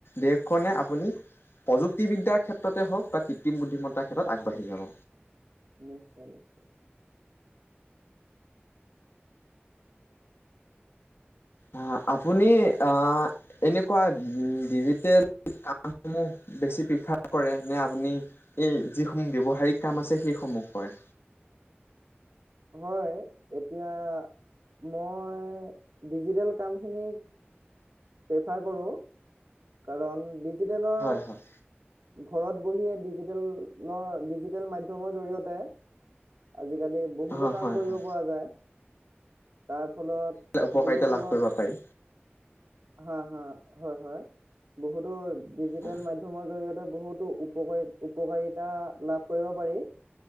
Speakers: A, on the left; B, on the right.
A: দেশখনে,
B: হয়
A: আপুনি প্ৰযুক্তিবিদ্যাৰ ক্ষে ক্ষেত্ৰতে হওঁক বা কৃতিম বুদ্ধিমত্তাৰ ক্ষেত্ৰত আগবাঢ়ি যাব।
B: নিশ্চয় নিশ্চয়
A: আ' আপুনি আ' এনেকুৱা ডিজিটেল কামসমূহ বেছি প্ৰিফাৰ কৰে নে, আপুনি এই যিসমূহ ব্যৱহাৰিক কাম আছে সেইসমূহ কৰে?
B: হয়, এতিয়া মই ডিজিটেল কামখিনিক প্ৰেফাৰ কৰোঁ কাৰণ ডিজিটেলৰ
A: হয় হয়
B: ঘৰত বহিয়ে ডিজিটেলৰ, ডিজিটেল মধ্যমৰ জৰিয়তে আজিকালি বহুতো
A: হয়
B: কাম
A: হয়
B: কৰিব
A: হয়
B: পৰা যায়, তাৰ ফলত
A: উপকাৰিতা
B: ডিজিটেলত
A: লাভ কৰিব পাৰি
B: হা হা হয় হয় বহুতো ডিজিটেল
A: অ
B: মধ্যমৰ জৰিয়তে বহুতো উপকাৰী উপকাৰিতা লাভ কৰিব পাৰি।